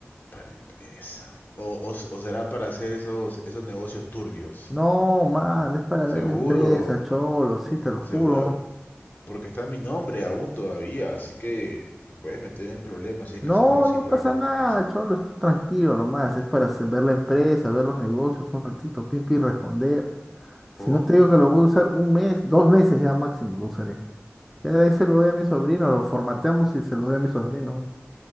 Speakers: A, on the left; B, in the centre.
A: Para empresa. O, o- o será para hacer esos, esos negocios turbios.
B: No, man, es para
A: Seguro.
B: ver la empresa, cholo, sí, te lo juro.
A: Seguro, porque está mi nombre aún todavía, así que me puedes meter en problemas si es
B: No,
A: que haces cosas
B: no
A: ilegales
B: pasa nada,
A: con eso.
B: cholo, estoy tranquilo nomás, es para hacer- ver la empresa, ver los negocios un ratito, pim, pim, responder. Si
A: ¿Cómo?
B: no te digo que
A: ¿Cómo?
B: lo voy a usar un mes, dos meses ya máximo lo usaré. Ya de ahí se lo doy a mi sobrino, lo formateamos y se lo doy a mi sobrino.